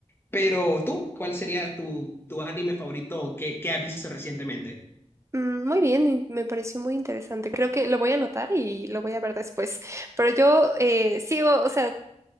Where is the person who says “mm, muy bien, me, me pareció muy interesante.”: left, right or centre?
Right